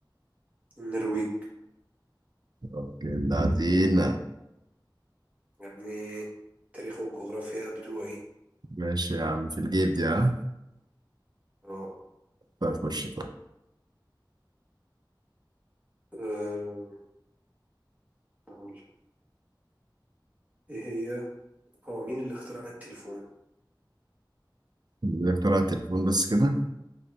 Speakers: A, on the right; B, on the right.
A: النرويج
B: اوكي العزيمة
A: يا ابني تاريخ والجغرافيا بتوعي
B: ماشي يا عم في الجيب دي ها
A: اه
B: فخش
A: أه، أقول ايه هي هو مين اللي اخترع التليفون
B: اللي اخترع التليفون بس كده